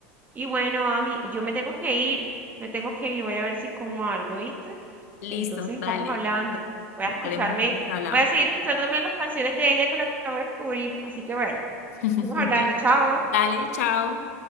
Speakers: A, on the right; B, on the left.
A: Y bueno, Ami, yo me tengo que ir, me tengo que ir, voy a ver si como algo, ¿viste?
B: Listo,
A: Entonces
B: dale,
A: estamos hablando. Voy
B: dale,
A: a escucharme,
B: mujer, nos hablamos.
A: voy a seguir escuchándome las canciones de ella que la acabo de descubrir. Así que bueno,
B: <laughs>
A: estamos hablando, chao.
B: Dale, chao.